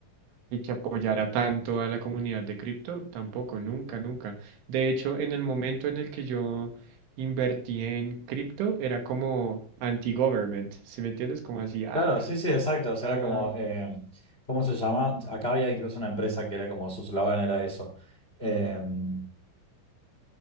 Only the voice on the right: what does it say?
y que apoyara tanto a la comunidad de cripto, tampoco, nunca, nunca. De hecho, en el momento en el que yo invertí en cripto, era como anti-government, ¿sí me entiendes? Como así, ah,
ah,